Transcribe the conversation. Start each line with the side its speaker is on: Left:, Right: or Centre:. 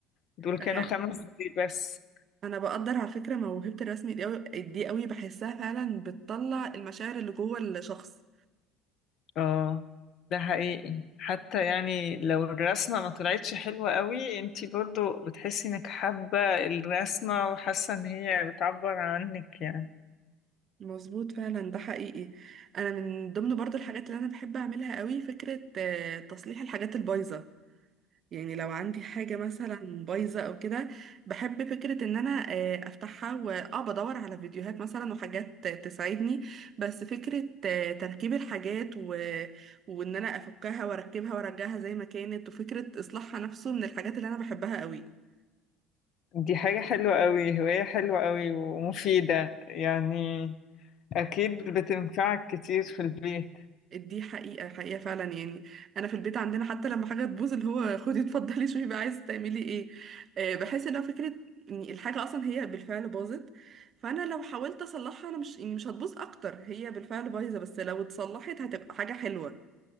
Left: دول كانوا
Right: انا
Left: خمس دقايق بس
Right: انا بقدر على فكره موهبه الرسم دي قوي دي قوي بحسها فعلا بتطلع المشاعر اللي جوه الشخص
Left: اه ده حقيقي حتى يعني لو الرسمة ما طلعتش حلوة قوي انتي برضو بتحسي انك حابة الرسمة وحاسة ان هي بتعبر عنك يعني
Right: مظبوط فعلا ده حقيقي انا من ضمن برضو الحاجات اللي انا بحب اعملها قوي فكرة آه، تصليح الحاجات البايظة يعني لو عندي حاجة مثلا بايظة او كده بحب فكرة ان انا آه، افتحها واه بدور على فيديوهات مثلا وحاجات تساعدني بس فكرة آه، تركيب الحاجات و... وان انا افكها واركبها وارجعها زي ما كانت وفكرة اصلاحها نفسه من الحاجات اللي انا بحبها قوي
Left: دي حاجة حلوة قوي هواية حلوة قوي ومفيدة يعني اكيد بتنفعك كتير في البيت
Right: دي حقيقة حقيقة فعلا يعني أنا في البيت عندنا حتى لما حاجة تبوظ اللي هو خدي اتفضلي شوفي بقى عايزة تعملي ايه آه، بحس إنها فكرة يعني الحاجة أصلا هي بالفعل باظت فأنا لو حاولت أصلحها أنا مش يعني مش هتبوظ أكتر هي بالفعل بايظة بس لو اتصلحت هتبقى حاجة حلوة